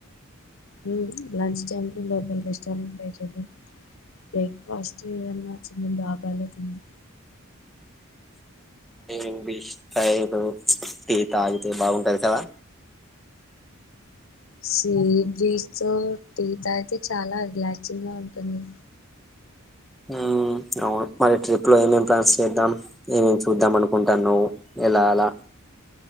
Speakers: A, on the left; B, in the centre.
A: ల్ లంచ్ టైంలో లోకల్ రెస్టారెంట్ ట్రై చేద్దాం. బ్రేక్ఫాస్ట్ ఏదన్నా చిన్న దాబాలో తిందాం
B: ఇంగ్విష్ టైంలో టీ తాగితే బాగుంటది కదా
A: సీ బ్రిస్ తో టీ తాగితే చాలా రిలాక్సింగ్ గా ఉంటుంది
B: ఉమ్ అవును మరి ట్రిప్ లో ఏమేం ప్లాన్స్ చేద్దాం ఏమేం చూద్దాం అనుకుంటాన్నావ్ న్ ఎలాలా